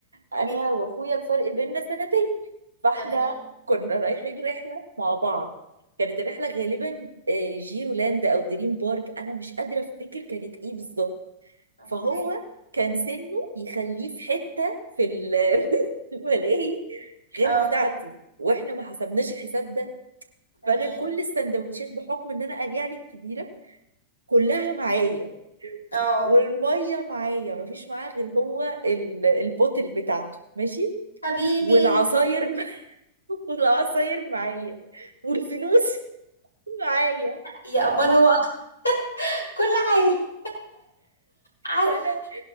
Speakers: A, on the right; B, on the left.
A: انا
B: ايه
A: واخويا الفرق بيننا سنتين فاحنا
B: تمام
A: كنا رايحين رحله مع بعض كانت الرحله غالبا آه، جيرولاند او دريم بارك انا مش قادره افتكر كانت ايه بالظبط
B: اوكي
A: فهو كان سنه يخليه في حتة في ال- <laughs> في الملاهي غير
B: اه
A: بتاعتي واحنا ما حسبناش الحساب ده
B: تمام
A: فانا كل السندوتشات بحكم ان انا قلياني الكبيره كلها معايا
B: اه
A: والميه معايا ما فيش معاه غير هو ال- البوتل بتاعته ماشي
B: حبيبي
A: والعصاير <laughs> مع- والعصاير معايا والفلوس <laughs> معايا
B: يا أمال هو أطفال <laughs> كل حاجة عارفة
A: فانا